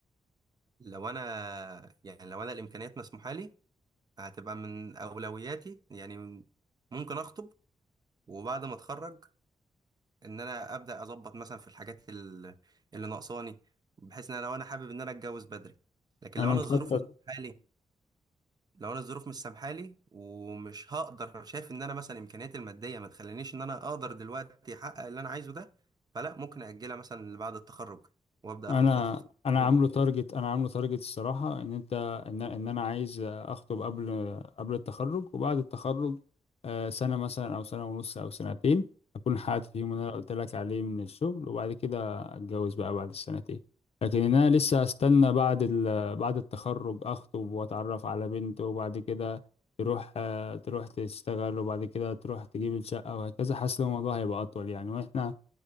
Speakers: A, on the right; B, on the left.
A: لو انا يعني لو انا الامكانيات مسموحة لي هتبقى من أولوياتي يعني ممكن اخطب وبعد ما اتخرج ان انا ابدا اظبط مثلا في الحاجات ال- اللي ناقصاني بحيث ان انا لو انا حابب ان انا اتجوز بدري لكن
B: انا
A: لو انا
B: مخطط
A: الظروف مش سامحالي لو انا الظروف مش سامحالي ومش هقدر شايف ان انا مثلا امكانياتي الماديه ما تخلينيش ان انا اقدر دلوقتي احقق اللي انا عايزه ده فلا ممكن اجلها مثلا لبعد التخرج وابدا
B: انا
A: اخد خطوه الخطوبه
B: انا عامله تارجت انا عامله تارجت الصراحه ان انت ان ان انا عايز اخطب قبل قبل التخرج وبعد التخرج آه، سنه مثلا او سنه ونص او سنتين اكون حققت فيهم اللي انا قلت لك عليه من الشغل وبعد كده اتجوز بقى بعد السنتين لكن ان انا لسه استنى بعد ال... بعد التخرج اخطب واتعرف على بنت وبعد كده تروح آه، تروح تشتغل وبعد كده تروح تجيب الشقه وهكذا حاسس إن الموضوع هيبقى اطول يعني واحنا